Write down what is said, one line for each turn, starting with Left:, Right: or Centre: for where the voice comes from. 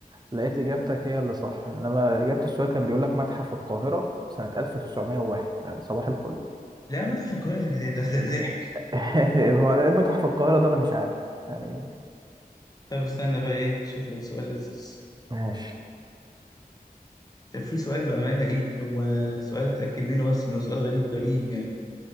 Right: لقيت اجابتك هي اللي صح انما اجابه السؤال كان بيقول لك متحف القاهره سنه 1901 يعني صباح الفل
Left: لا متحف القاهرة ده ده ده ده ضحك
Right: <laughs> هو إيه متحف القاهره ده انا مش عارف يعني
Left: طب استنى بقى ايه شوف لك سؤال لذيذ
Right: ماشي
Left: كان في سؤال بأمانة ايه هو أنا سؤال اتأكد منه بس انه سؤال غريب غريب يعني